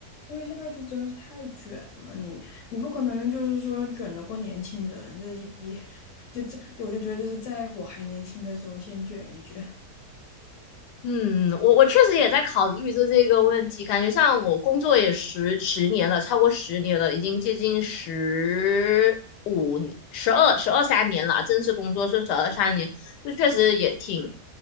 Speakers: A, on the left; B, on the left.
A: 因为现在就真是太卷了，你你不可能就是说卷得过年轻人，这一一 <laughs> 就这，就我就觉得就是在我还年轻的时候先卷一卷。
B: 嗯，我我确实也在考虑着这个问题，感觉像我工作也十十年了，超过十年了，已经接近十五年十二、十二三年了啊正式工作是十二三年，就确实也挺，